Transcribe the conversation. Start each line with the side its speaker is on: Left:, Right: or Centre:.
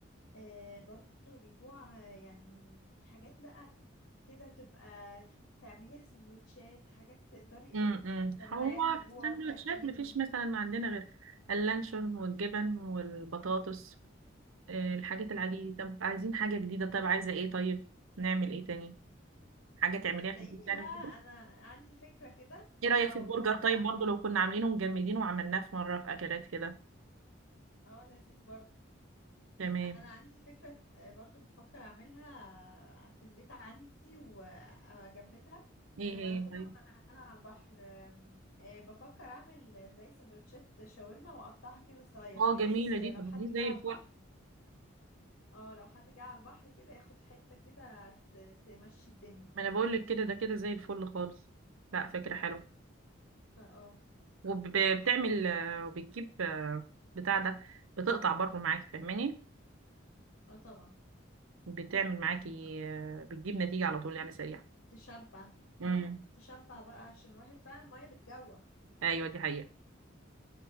Left: آه برضو بيجوع آه، يعني حاجات بقى كده تبقى تعمليها سندوتشات حاجات تقدري ايه
Right: امم
Left: لما
Right: هو
Left: العيال يجوعوا
Right: في السندوتشات
Left: تأكليهم
Right: مفيش مثلا ما عندنا غير اللانشون والجبن والبطاطس آه، الحاجات العاديه
Left: امم
Right: دي. طب عايزين حاجه جديده طيب عايزه ايه طيب نعمل ايه تاني حاجه تعمليها
Left: صدقيني
Right: في البيت يعني
Left: بقى انا عندي فكرة كده
Right: ايه رأيك
Left: اه
Right: في البرجر
Left: بفكر
Right: طيب
Left: اعملها
Right: برضو لو كنا عاملينه ومجمدينه وعملناه في مرة في اكلات كده
Left: اه لذيذ برضو
Right: تمام
Left: انا عندي فكرة آه، برضو بفكر اعملها في البيت عندي واجمدها
Right: ايه
Left: ونبقى
Right: هي
Left: ناخدها
Right: طيب
Left: معانا على البحر آم، آه، بفكر اعمل زي سندوتشات شاورما واقطعها كده صغير
Right: اه
Left: بحيث
Right: جميلة
Left: لو
Right: دي طب
Left: حد
Right: دي زي
Left: جه على
Right: الفل
Left: البحر اه لو حد جه على البحر كده ياخد حتة كده ت- تمشي الدنيا
Right: ما انا بقول لك كده ده كده زي الفل خالص لا فكرة حلوة
Left: فا اه
Right: وبتعمل آه، وبتجيب آه، بتاع ده بتقطع برضو معاكي فاهماني
Left: اه طبعا
Right: بتعمل معاكي آه، بتجيب نتيجة على طول يعني سريعة
Left: تشبع
Right: امم
Left: اه لا تشبع بقى عشان الواحد فعلا المية بتجوع
Right: ايوه دي حقيقة